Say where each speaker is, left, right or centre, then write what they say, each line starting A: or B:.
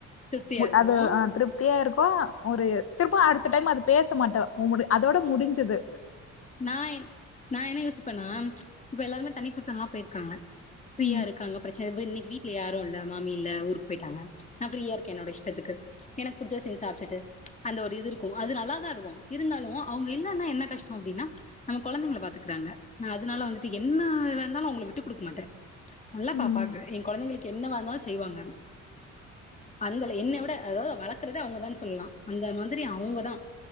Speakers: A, on the left; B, on the left.
A: திருப்தியா இருக்கும்
B: அது ஆ திருப்தியா இருப்போ ஒரு திருப்ப அது த்த டைம் அது பேச மாட்டோ அதோட முடிஞ்சுது
A: நா நா என்ன யோசிப்பேண்ணா இப்ப எல்லாருமே தனி குடுத்தனல்லா போயிருக்காங்க ஃப்ரீயா
B: ம்
A: இருக்காங்க பிரச் சேவு இன்னைக்கு வீட்டுல யாரு இல்ல மாமி இல்ல ஊருக்கு போயிட்டாங்க நான் ப்ரீயா இருக்கே என்னோட இஷ்டத்துக்கு எனக்கு புடிச்சத செஞ் சாப்ச்சுட்டு அந்த ஒரு இது இருக்கு அது நல்லாதா இருக்கு இருந்தாலு அவங்க இல்லன்னா என்ன கஷ் அப்டின்னா நம்ம கொழந்தைங்கள பாத்துக்குறாங்க ந அதனால வந்துட்டு என்ன வேனாலு அவங்கள விட்டுக்குடுக்க மாட்டே நல்லா
B: ம்
A: பாப்பாங்க ஏ கொழந்தைங்களுக்கு என்னவா இருந்தாலு செய்வாங்க அந்தல என்னய் விட அதாவது வளர்க்கறதே அவங்கதா சொல்லலா அந்த மாதிரி அவங்கதா